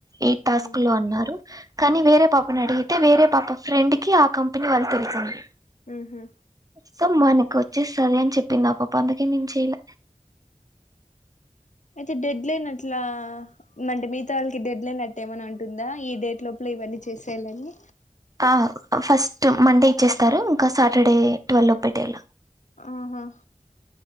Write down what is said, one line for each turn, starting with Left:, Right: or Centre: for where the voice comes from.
Right: ఎయిట్ టాస్క్
Left: ఉమ్
Right: లో అన్నారు కానీ వేరే పాపని అడిగితే వేరే పాప ఫ్రెండ్ కి ఆ కంపెనీ వాళ్ళు తెలుసింది
Left: ఉహు
Right: సో మనకు వచ్చే సరే అని చెప్పింది ఆ పా అందుకే నేను చెయ్యల
Left: అయితే డెడ్లైన్ అట్లా అంటే మీతో వాళ్ళకి డెడ్ లైన్ ఇవ్వనంటుందా ఈ డేట్ లోపల ఇవన్నీ చేసేయాల అని
Right: ఆ ఫస్ట్ మండే ఇచ్చేస్తారు ఇంకా సాటర్డే ట్వెల్వ్ లో పెట్టేలా
Left: ఆహా